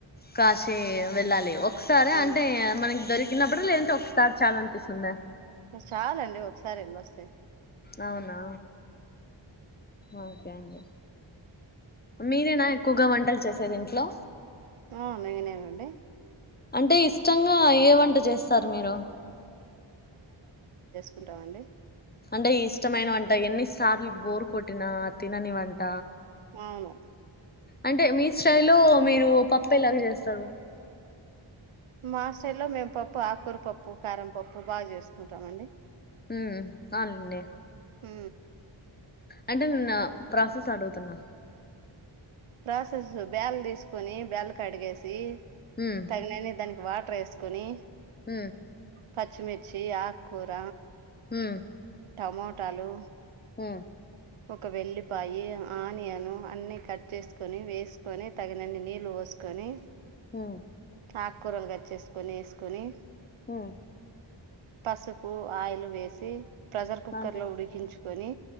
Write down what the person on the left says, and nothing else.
కాశీ వెళ్ళాలి ఒకసారి
అంటే మనకి దొరి తక్కినప్పుడు లేంట ఒక్కసారి చాలా అనిపిస్తుంద
అవునా ఓకే అండి మీరేనా ఎక్కువగా వంటలు చేసేది ఇంట్లో
అంటే ఇష్టంగా ఏ వంట చేస్తారు మీరు
అంటే ఇష్టమైన వంట ఎన్నిసార్లు బోరు కొట్టినా తినని వంట
అంటే మీ స్టై లో మీరు పప్పా లాగా చేస్తారు
హ అనుడి
అంటే నేన్న ప్రాసెస్ అడుగుతున్నా
ఉమ్
హ
హు
హు
ఉమ్
ఉమ్
అవునులే